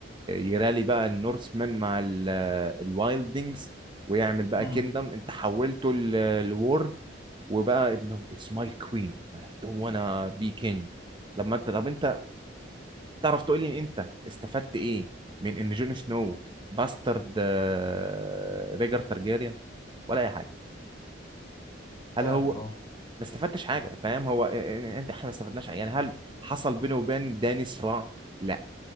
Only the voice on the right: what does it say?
يرالي بقى النورسمان مع ال... الوايلدنجز ويعمل بقى
كيندم انت حولته ل- لورد وبقى no it's my queen I don't wanna be king لما انت طب انت تعرف تقول لي انت استفدت ايه من ان جون سنو باسترد آه، ريجر تارجيريان ولا اي حاجه هل
هو
ما استفدتش حاجه فاهم هو إيه- إيه- انت احنا ما استفدناش حاجة. يعني هل حصل بينه وبين داني صراع لا.